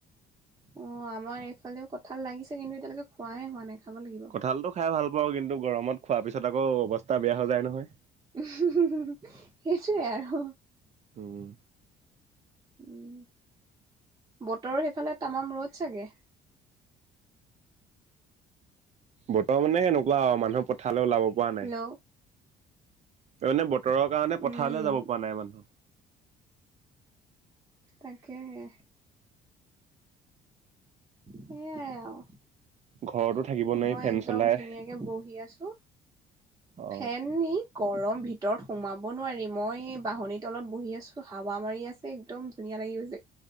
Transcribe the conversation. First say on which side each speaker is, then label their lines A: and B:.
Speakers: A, on the right (about 20°); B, on the right (about 40°).
A: অ আমাৰ এইফালেও কঁঠাল লাগিছে কিন্তু এতিয়ালৈকে খোৱাই হোৱা নাই খাব লাগিব
B: কঁঠালতটো খাই ভাল পাওঁ কিন্তু গৰমত খোৱাৰ পিছত আকৌ অৱস্থা বেয়া হৈ যায় নহয়
A: উমহুম্ হুম হুম সেইটোৱেই আৰু।
B: হম
A: উম বতৰো সেইফালে তামাম ৰ'দ চাগে
B: বতৰ মানে হেনেকুৱা আও মানুহে পথালে ওলাব পৰা
A: হেল্ল'
B: নাই এই মানে বতৰৰ কাৰণে
A: উম
B: পথাৰলে যাব পৰা নাই মানুহ।
A: তাকেহে সেইয়াই আও।
B: ঘৰতো থাকিব
A: মই
B: নোৱাৰি ফেন
A: একদম
B: চলাই
A: ধুনীয়াকে বহি আছো।
B: অ
A: ফেন নি। গৰম ভিতৰত সোমাব নোৱাৰি। মই এই বাহনিৰ তলত বহি আছো হাৱা মাৰি আছে একদম ধুনীয়া। য়া লাগি গৈছে।